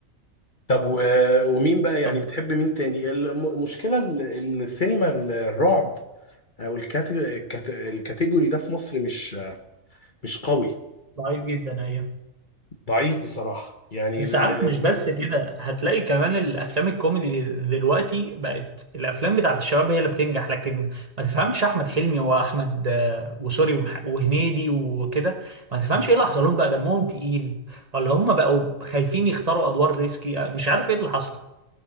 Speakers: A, on the left (about 40°); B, on the right (about 30°).
A: طب و... ومين بقى يعني
B: طب
A: بتحب مين تاني الم- المشكله ال- السينما الرعب والكات... الكات... الكاتيجوري ده في مصر مش مش قوي
B: ضعيف جدا ايوه
A: ضعيف بصراحة يعني
B: بس
A: ال...
B: عارف مش بس كده هتلاقي كمان الافلام الكوميدي دلوقتي بقت الافلام بتاعت الشباب هي اللي بتنجح لكن ما تفهمش احمد حلمي واحمد آه، وسوري ومح- وهنيدي وكده ما تفهمش ايه اللي حصل لهم بقى دمهم تقيل ولا هم بقوا خايفين يختاروا ادوار ريسكي آه، مش عارف ايه اللي حصل